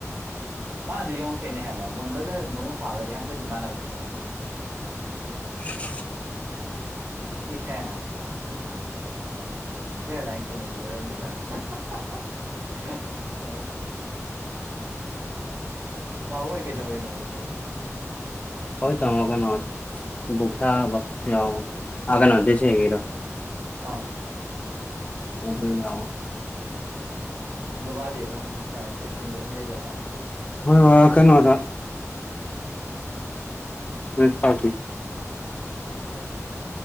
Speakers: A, on the right; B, on the left.
A: ꯃꯥꯅꯗꯤ ꯌꯡꯉꯈꯤꯦꯅꯦ ꯍꯥꯏꯕ ꯃꯣꯟꯗꯒ ꯃꯣꯏ ꯃꯄꯥꯒꯗꯤ ꯍꯥꯏꯐꯦꯠꯇꯗꯤ ꯃꯥꯟꯅꯕꯅꯤ ꯃꯁꯛ
B: <unintelligible>
A: ꯏꯍꯦ ꯌꯥꯝ ꯏꯌꯥꯥꯏ ꯂꯥꯏꯅ ꯈꯪꯕ ꯃꯤ ꯑꯣꯏꯔꯝꯃꯤꯗ ꯑ ꯃꯥ ꯑꯣꯏꯣꯏ ꯀꯩꯗꯧꯏꯅ ꯑꯣꯏꯣꯏꯕꯨ
B: ꯍꯣꯏ ꯇꯒꯩꯅꯣ ꯕꯨꯁꯥ ꯌꯥ ꯑꯒꯅꯁ ꯍꯦꯒꯔꯣ
A: ꯑꯥ
B: ꯑꯣꯕ ꯌꯥꯎ
A: ꯑꯣ ꯕꯕꯥꯗꯤ ꯑꯗꯨꯝ ꯌꯨꯝꯗ ꯑꯗꯨꯝ ꯂꯩꯕ꯭ꯔꯥ ꯀꯃꯥꯏꯅ ꯇꯧ
B: ꯍ ꯀꯩꯅꯩꯅꯣꯗꯖꯥ ꯃꯤꯄꯥ
A: ꯑꯣ ꯌꯥꯏ ꯌꯥꯏ